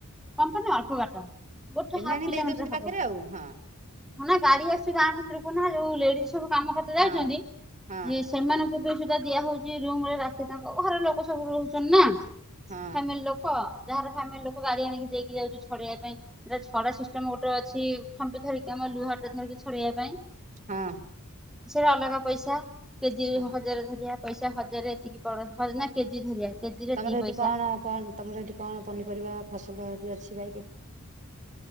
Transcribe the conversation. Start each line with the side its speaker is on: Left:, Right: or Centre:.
Centre: କମ୍ପାନି ଅଳ୍ପ ବାଟ ଗୋଟ
Right: ସେଦିନ
Centre: ହାପ୍
Right: ଆଣି
Centre: କିଲୋମିଟର
Right: ଦେଇ ଦଉଛନ୍ତି
Centre: ହବ।
Right: ପାଖରେ ଆଉ ହଁ
Centre: ହଁ ନା ଗାଡି
Right: ହଁ
Centre: ଆସୁଛି ଗାଁ ଭିତରକୁ ନା ଯୋଉ ଲେଡି ସବୁ କାମ କରୁଛନ୍ତି
Right: ହଁ
Centre: ଯାଉଛନ୍ତି।
Right: ହଁ
Centre: ସେମାନଙ୍କୁ ବି ସୁଧା ଦିଆ ହଉଛି ରୁମରେ ରାତି ତାଙ୍କ ଘର ଲୋକ ସବୁ ରହୁଛନ୍ତି ନା
Right: ହଁ।
Centre: ଫାମିଲି ଲୋକ ଯାହାର ଫାମିଲି ଲୋକ ଗାଡି ଆଣିକି ଯାଉ ଛଡେଇବା ପାଇଁ ଛଡା ସିଷ୍ଟମ ଗୋଟେ ଅ ଛି ଖମ୍ପି ଧରିକି ଆମ ଲୁହାଟେ ଧରିକି ଛଡେଇବା ପାଇଁ।
Right: ହଁ।
Centre: ସେଟା ଅଲଗା ପଇସା କେ ଦି
Right: ହଁ
Centre: ହଜାର ଧରିବା ପଇସା ହଜାରରେ ଏତିକି ପଡ଼ <unintelligible> ନା କେଜି ଧରିବା? କେଜିରେ
Right: ତମର
Centre: ଏତିକି
Right: ସେଠି
Centre: ପଇସା।
Right: କଣ କଣ ତମର ସେଠି କଣ ପନିପରିବା ଫସଲ ହେଠି ଅଛି? କିିବାଇ ଡେ